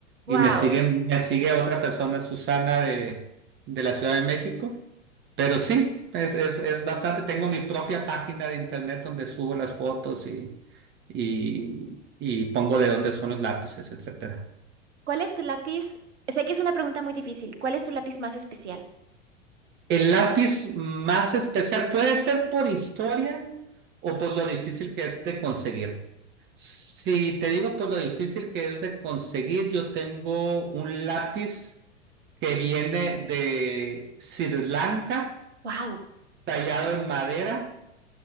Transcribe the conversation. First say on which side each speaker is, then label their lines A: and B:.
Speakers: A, on the right; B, on the right.
A: Wow.
B: Y me siguen, me sigue otra persona, Susana, de, de la Ciudad de México. Pero sí, es, es, es bastante. Tengo mi propia página de internet donde subo las fotos y, y, y pongo de dónde son los lápices, etcétera.
A: ¿Cuál es tu lápiz? Sé que es una pregunta muy difícil. ¿Cuál es tu lápiz más especial?
B: El lápiz más especial puede ser por historia o por lo difícil que es de conseguir. Si te digo por lo difícil que es de conseguir, yo tengo un lápiz que viene de Sri Lanka,
A: Wow,
B: tallado en madera